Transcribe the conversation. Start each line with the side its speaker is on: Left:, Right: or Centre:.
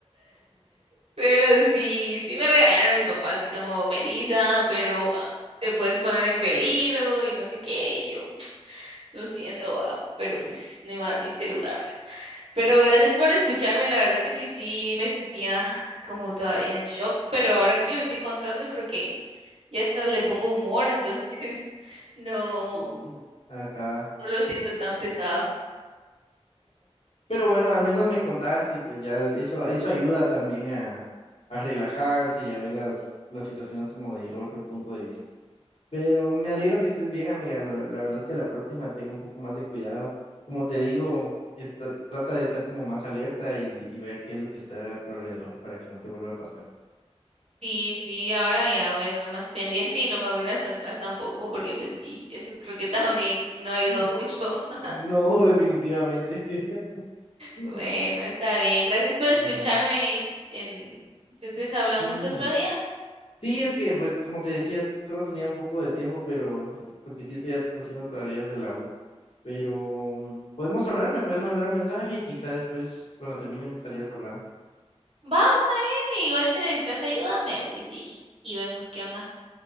Right: Pero sí, sí me regañaron mis papás, así como Melisa, pero ah, te puedes poner en peligro y no sé qué. y yo, lo siento, ah, pero pues no iba a dar mi celular. <laughs> Pero gracias por escucharme, la verdad es de que sí me sentía como todavía en shock, pero ahora que lo estoy contando, creo que ya hasta le pongo humor, entonces <laughs> no,
Left: <laughs> Ajá.
Right: no lo siento tan pesado.
Left: Pero bueno, al menos me contaste y pues ya eso, eso ayuda también a, a relajarse y a ver las, las situaciones como de otro punto de vista. Pero me alegro que estés bien, amiga. La, la verdad es que a la próxima tengo un poco más de cuidado. Como te digo, esta- trata de estar como más alerta y, y ver qué es lo que está a tu alrededor para que no te vuelva a pasar.
Right: Sí, sí, ahora ya voy a estar más pendiente y no me voy a ir hasta atrás tampoco, porque pues sí, eso creo que también no ayudó
Left: Mm.
Right: mucho. <laughs>
Left: No, definitivamente. <laughs> Mm.
Right: Bueno, está bien. Gracias por escucharme.
Left: Va,
Right: En... Entonces hablamos
Left: Sí,
Right: otro día.
Left: sí, es que, pues, como te decía, solo tenía un poco de tiempo, pero porque sí estoy haciendo tareas de la U. Pero podemos hablar, me puedes mandar un mensaje y quizá después, cuando termine mis tareas, hablamos.
Right: Va, está bien. Igual si necesitas ayuda, me decís y, y vemos qué onda.